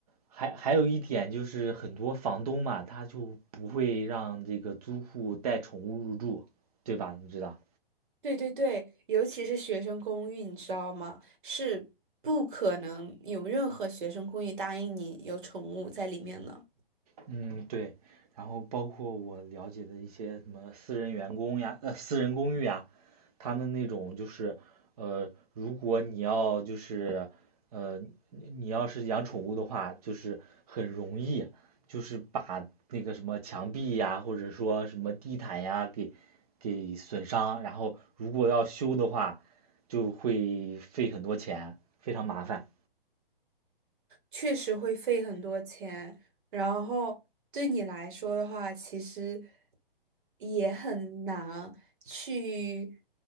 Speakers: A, on the right; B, on the right.
A: 还还有一点就是很多房东嘛，他就不会让这个租户带宠物入住，对吧？你知道。
B: 对对对，尤其是学生公寓，你知道吗？是不可能有任何学生公寓答应你有宠物在里面的。
A: 嗯，对，然后包括我了解的一些什么私人员工呀，呃，私人公寓呀，他们那种就是，呃，如果你要就是，呃，你要是养宠物的话，就是很容易，就是把那个什么墙壁呀，或者说什么地毯呀，给给损伤，然后如果要修的话，就会费很多钱，非常麻烦。
B: 确实会费很多钱，然后对你来说的话，其实也很难去